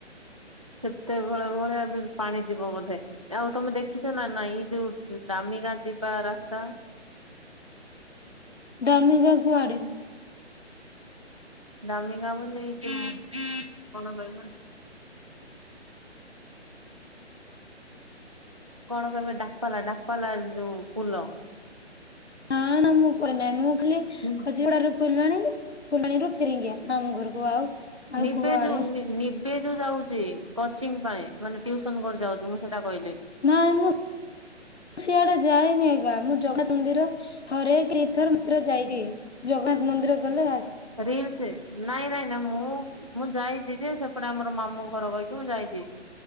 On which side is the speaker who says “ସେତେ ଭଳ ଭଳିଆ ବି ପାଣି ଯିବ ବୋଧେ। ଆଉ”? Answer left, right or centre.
Right